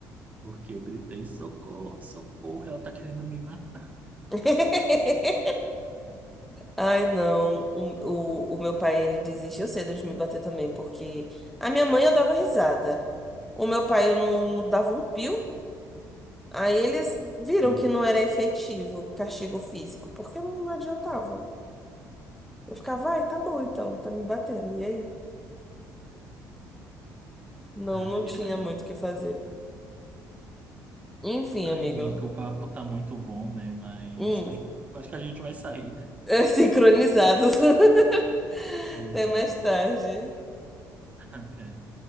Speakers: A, on the right; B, in the centre.
A: Porque eu gritei, socorro, socorro, ela tá querendo me matar.
B: <laughs> Ai, não. O, o, o meu pai, ele desistiu cedo de me bater também, porque a minha mãe eu dava risada. O meu pai eu não, não dava um pio. Aí eles viram
A: Eu-
B: que não era efetivo o castigo físico, porque não adiantava. Eu ficava, ai, tá bom então, tá me batendo. E aí? Não,
A: ai,
B: não tinha
A: ai.
B: muito o que fazer. Enfim,
A: Ai,
B: amigo.
A: amigo, o papo tá muito bom, né? Mas
B: Hum,
A: <laughs> acho que a gente vai sair, né?
B: <laughs> sincronizados. <laughs>
A: Sim,
B: Até
A: sim.
B: mais tarde.
A: <laughs> Até.